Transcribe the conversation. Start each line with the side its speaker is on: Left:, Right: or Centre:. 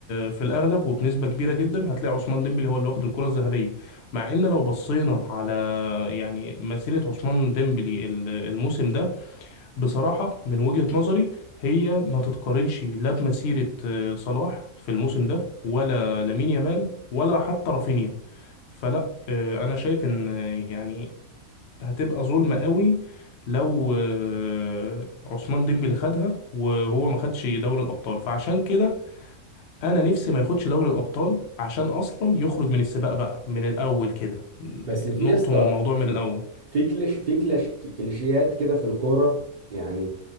Left: في الاغلب وبنسبه كبيره جدا هتلاقي عثمان ديمبلي هو اللي واخد الكره الذهبيه مع ان لو بصينا على يعني مسيره عثمان ديمبلي ال- الموسم ده بصراحه من وجهه نظري هي ما تتقارنش لا بمسيره آه، صلاح في الموسم ده ولا لامين يامال ولا حتى رافينيا فلا آه، انا شايف ان آه، يعني هتبقى ظلمه قوي لو آه، عثمان ديمبلي خدها وهو ما خدش دوري الابطال فعشان كده انا نفسي ما ياخدش دوري الابطال عشان اصلا يخرج من السباق بقى من الاول كده
Right: بس في
Left: نقطم
Right: يا اسطى
Left: الموضوع من الاول
Right: في كليش في كليش كليشيهات كده في الكوره يعني